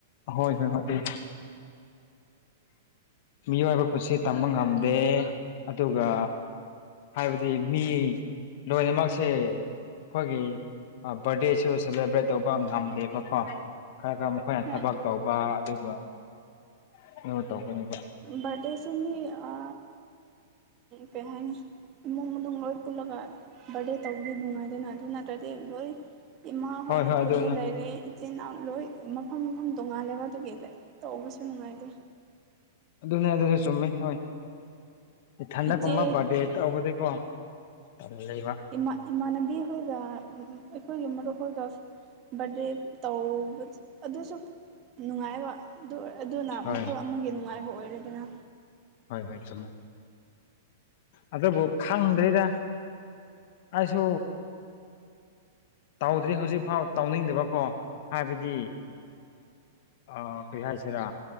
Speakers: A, on the left; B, on the right.
A: ꯍꯣꯏ ꯍꯣꯏ ꯃꯥ ꯑꯗꯨ ꯃꯤꯑꯣꯏꯕ ꯄꯨꯟꯁꯤ ꯇꯝꯕ ꯉꯝꯗꯦ ꯑꯗꯨꯒ ꯍꯥꯏꯕꯗꯤ ꯃꯤ ꯂꯣꯏꯅꯃꯛꯁꯦ ꯑꯩꯈꯣꯏꯒꯤ ꯕꯔꯗꯦꯁꯨ ꯁꯦꯂꯦꯕ꯭ꯔꯦꯠ ꯇꯧꯕ ꯉꯝꯗꯦꯕꯀꯣ ꯈꯔ ꯈꯔ ꯑꯩꯈꯣꯏꯅ
B: ꯍꯣꯏ
A: ꯊꯕꯛ ꯇꯧꯕ ꯑꯗꯨꯒ <unintelligible>
B: ꯕꯔꯗꯦꯁꯤ ꯃꯤ ꯑ ꯀꯩ ꯍꯥꯏꯅꯤ ꯏꯃꯨꯡ ꯃꯅꯨꯡ ꯂꯣꯏ ꯄꯨꯜꯂꯒ ꯕꯥꯔꯗꯦ ꯇꯧꯕꯗꯤ ꯅꯨꯡꯉꯥꯏꯗꯅ ꯑꯗꯨ ꯅꯠꯇ꯭ꯔꯗꯤ ꯂꯣꯏ ꯏꯃꯥ ꯍꯣꯏꯅ
A: ꯍꯣꯏ ꯍꯣꯏ
B: ꯈꯨꯟꯗ
A: ꯑꯗꯨꯅ
B: ꯂꯩꯔꯦ ꯏꯆꯤꯜ ꯏꯅꯥꯎ ꯂꯣꯏ ꯃꯐꯝ ꯃꯐꯝ ꯇꯣꯡꯉꯥꯜꯂꯦꯕ ꯑꯗꯨꯒꯤ ꯇꯧꯕꯁꯨ ꯅꯨꯡꯉꯥꯏꯇꯦ
A: ꯑꯗꯨꯅꯦ ꯑꯗꯨꯖꯨ ꯆꯨꯝꯃꯤ ꯍꯣꯏ ꯏꯊꯟꯗ
B: ꯏꯆꯦ
A: ꯒꯨꯝꯕ ꯕꯥꯔꯗꯦ ꯇꯧꯕꯗꯤꯀꯣ ꯇꯜꯂꯦꯕ
B: ꯥ ꯏꯃꯥꯟꯅꯕꯤ ꯈꯣꯏꯒ ꯑꯩꯈꯣꯏꯒꯤ ꯃꯔꯨꯞꯈꯣꯏꯒ ꯕꯥꯔꯗꯦ ꯇꯧꯕ ꯑꯗꯨꯁꯨ ꯅꯨꯡꯉꯥꯏꯕ ꯑꯗꯨ ꯑꯣꯏ ꯑꯗꯨꯅ
A: ꯍꯣꯏ
B: ꯃꯈꯜ ꯑꯃꯒꯤ ꯅꯨꯡꯉꯥꯏꯕ ꯑꯣꯏꯔꯦꯗꯅ
A: ꯍꯣꯏ ꯍꯣꯏ ꯆꯨꯝꯃꯦ ꯑꯗꯨꯕꯨ ꯈꯪꯗ꯭ꯔꯤꯗ ꯑꯩꯁꯨ ꯇꯧꯗ꯭ꯔꯤ ꯍꯧꯖꯤꯛ ꯐꯥꯎ ꯇꯧꯅꯤꯡꯗꯕꯀꯣ ꯍꯥꯏꯕꯗꯤ ꯑ ꯀꯩ ꯍꯥꯏꯁꯤꯔꯥ